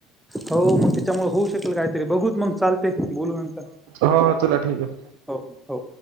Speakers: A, in the centre; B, on the right.
A: हो मग त्याच्यामुळे होऊ शकेल काहीतरी, बघू मग चालते बोलू नंतर.
B: हो चला ठीकय.
A: हो हो.